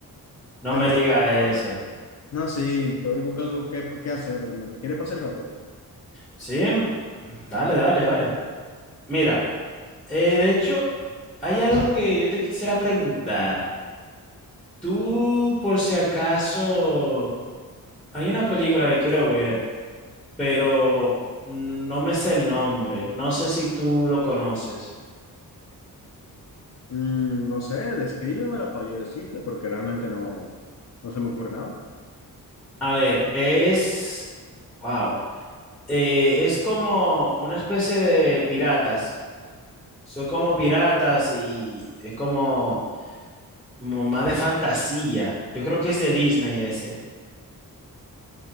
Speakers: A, in the centre; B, on the left.
A: no
B: ¿te
A: me
B: gustaría
A: digas eso.
B: pasar? No, sí, estoy buscando qué, qué hacer realmente. ¿Quieres pasar el rato?
A: Sí, em, dale, dale, dale. Mira, eh, de hecho, hay algo que yo te quisiera preguntar. Tú, por si acaso, hay una película que quiero ver, pero no me sé el nombre. No sé si tú lo conoces.
B: Mm, no sé, descríbemela para yo decirte, porque realmente no, no se me ocurre nada.
A: A ver, es... Wow. Eh, es como una especie de piratas. Son como piratas y es como, como más de fantasía. Yo creo que es de Disney ese.